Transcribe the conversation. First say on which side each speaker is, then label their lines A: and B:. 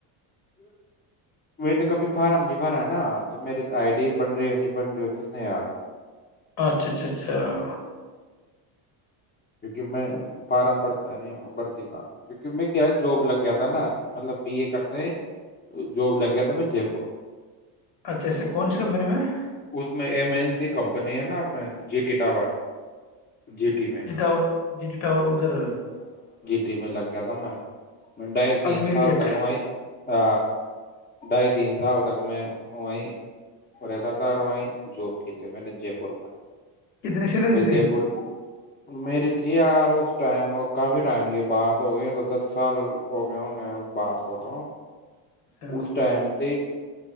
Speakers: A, on the left; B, on the left.
A: میں نے کبھی فارم نہیں بھرا نا تو میری آئی ڈی بن رہی ہو نہیں بن رہی ہو کس نے یاد <unintelligible>
B: اچھا اچھا اچھا <unintelligible>
A: کیونکہ میں فارم بھرتا ہے نہیں بھرتی کا کیونکہ میں کیا جاب لگ گیا تھا نا مطلب بی اے کرتے ہیں جاب لگ گیا تھا میں جے پور <unintelligible>
B: اچھا اچھا کون سی کمپنی میں <unintelligible>
A: اس میں ایم این سی کمپنی ہے نا اپنے جی ٹی ٹا وور <unintelligible> جی ٹی میں <unintelligible>
B: ٹا جی جی ٹاور ادھر <unintelligible>
A: د میں لگ گیا تھا میں مڈائی تین
B: اجمیر
A: سال
B: گیٹ
A: تکائی آ ڈھائی تین سال تک میں وہیں رہتا تھا اور وہیں جو کی تے میں نے جے پور میں
B: کتنی سی لتی
A: پھر
B: تھی
A: جے پور میری تھی یار اس ٹائم اور کافی ٹائم کی بات ہو گئی تو دس سال ہو گئے ہوں گے اس بات کو تو
B: اچھا
A: اس ٹائم <inaudible>